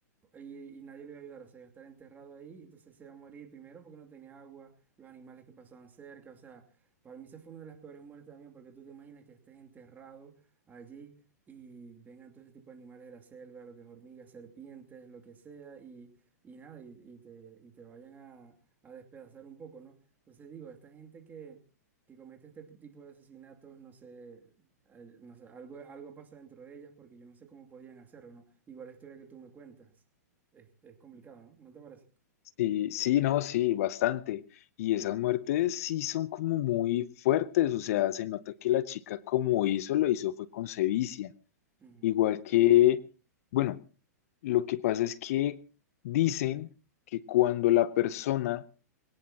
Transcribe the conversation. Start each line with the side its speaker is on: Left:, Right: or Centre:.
Right: y, y nadie le iba a ayudar, o sea, iba a estar enterrado ahí, entonces se iba a morir primero porque no tenía agua, los animales que pasaban cerca, o sea, para mí esa fue una de las peores muertes también, porque tú te imaginas que estés enterrado allí y vengan todo ese tipo de animales de la selva, lo que es hormigas, serpientes, lo que sea, y, y nada, y, y te, y te vayan a, a despedazar un poco, ¿no? Entonces digo, esta gente que, que comete este tipo de asesinatos, no sé, al- no sé, algo, algo pasa dentro de ellas porque yo no sé cómo podrían hacerlo, ¿no? Igual la historia que tú me cuentas. Es, es complicado, ¿no? ¿No te parece?
Left: Sí, sí, no, sí, bastante. Y esas muertes sí son como muy fuertes, o sea, se nota que la chica como hizo, lo hizo fue con sevicia.
Right: Mm,
Left: Igual que, bueno, lo que pasa es que dicen que cuando la persona